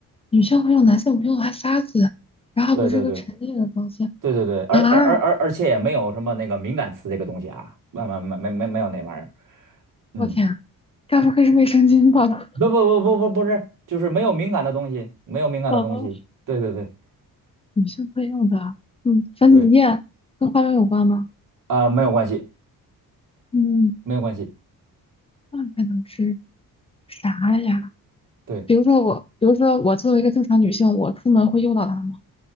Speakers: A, on the left; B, on the right.
A: 女性会用男性我用还沙子，然后还不是个陈列的东西
B: 对对对对对对，而而而而而且也没有什么那个敏感词这个东西啊，
A: 啊！
B: 没没没没没没有那玩意儿。嗯，
A: 我天啊，该不会是卫生巾吧？
B: 不不不不不不是，就是没有敏感的东西，没有敏感的东西。
A: <laughs> 哦，
B: 对对对
A: 女性会用的，嗯，粉底液跟化妆有关吗？
B: 对，啊、没有关系，
A: 嗯，
B: 没有关系。
A: 那还能是啥呀？
B: 对。
A: 比如说我，比如说我作为一个正常女性，我出门会用到它吗？